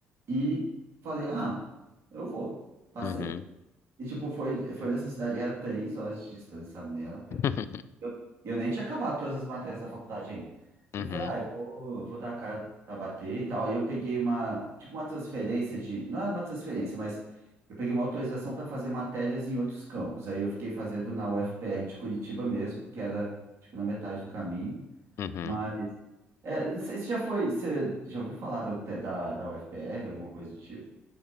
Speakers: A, on the right (about 55°); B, on the left (about 55°).
A: e falei, ah, eu vou. Passei.
B: Uhum.
A: E, tipo, foi, foi nessa cidade, era três horas de distância, sabe? Nem era perto.
B: <laughs>
A: Eu, eu nem tinha acabado todas as matérias da faculdade ainda.
B: Uhum.
A: Ele falou, ah, eu vou, eu vou dar a cara pra bater e tal. Aí eu peguei uma, tipo, uma transferência de. Não era uma transferência, mas eu peguei uma autorização para fazer matérias em outros campos. Aí eu fiquei fazendo na UFPR de Curitiba mesmo, porque era, tipo, na metade do caminho.
B: Uhum.
A: Mas, é, não sei se já foi. Você já ouviu falar da, UT da, da UFPR, alguma coisa do tipo?